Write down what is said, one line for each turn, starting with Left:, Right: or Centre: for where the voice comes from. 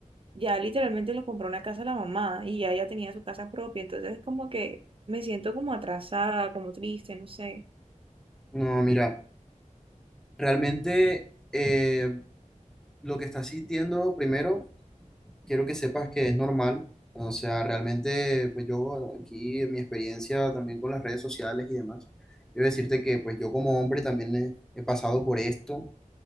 Right: ya literalmente le compró una casa a la mamá y ya ella tenía su casa propia. Entonces es como que me siento como atrasada, como triste, no sé.
Centre: No, mira, realmente eh, lo que estás sintiendo, primero, quiero que sepas que es normal. O sea, realmente, pues yo aquí en mi experiencia también con las redes sociales y demás, quiero decirte que pues yo como hombre también he, he pasado por esto